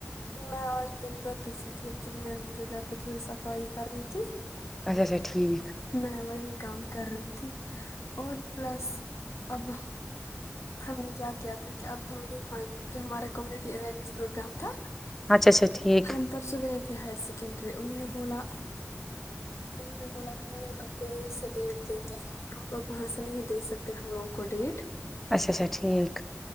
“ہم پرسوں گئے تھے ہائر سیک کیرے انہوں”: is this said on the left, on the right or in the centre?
Left